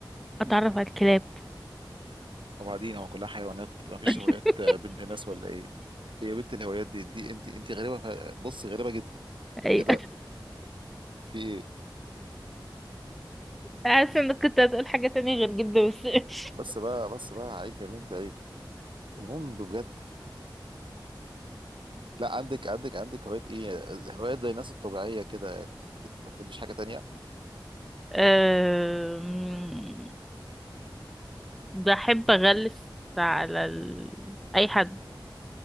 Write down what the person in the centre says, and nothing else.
اتعرف على الكلاب
<laughs>
ايوه
حاسه انك كنت هتقول حاجه تانية غير جدا بس ماشي.
أم، بحب اغلس على ال... اي حد